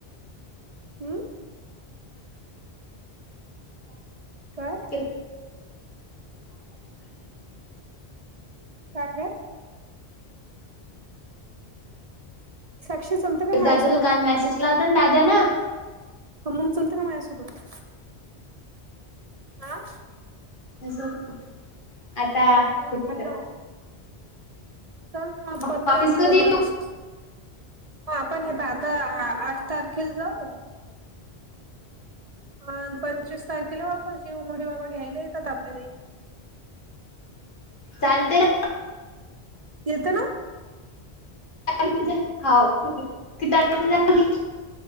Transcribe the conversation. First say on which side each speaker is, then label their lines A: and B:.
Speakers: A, on the right (about 45°); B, on the left (about 50°).
A: हम्म. काय?
B: <inaudible> <inaudible> ्
A: काय काय साक्षी चलते का माझ्यासोबत
B: दादाला काल मेसेज केला होता ना दादा ना
A: थांबून चालत का माझ्यासोबत हा
B: तसं बी आता
A: हॅलो
B: कुठ?
A: हॅलो चल ना
B: वापिस
A: पंधरा दिवस
B: कधी येऊ
A: मग आपण हेेत आता आठ तारखेला जाऊ अ पंचवीस तारखेला वापस घेऊ मोठे बाबा घ्यायला येतात आपले.
B: चालते ना.
A: येतं ना.
B: क <unintelligible>